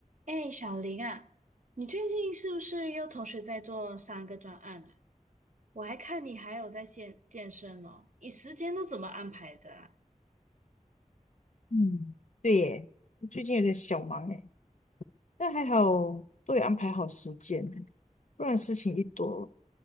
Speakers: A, on the right; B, on the left.
A: 哎，小林啊，你最近是不是又同时在做三个专案啊？我还看你还有在健健身哦，你时间都怎么安排的啊？
B: 嗯，对耶，我最近有点小忙诶，但还好都有安排好时间，不然事情一多